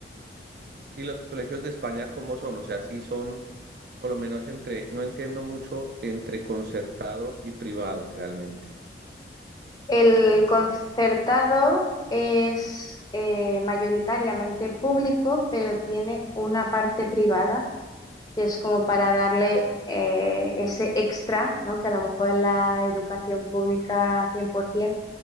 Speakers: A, on the right; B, on the left.
A: ¿y los colegios de España cómo son? O sea, sí son, por lo menos entre, no entiendo mucho entre concertado y privado realmente,
B: El
A: ¿cómo es?
B: concertado es eh, mayoritariamente público, pero tiene una parte privada que es como para darle eh, ese extra, ¿no? Que a lo mejor en la educación pública 100%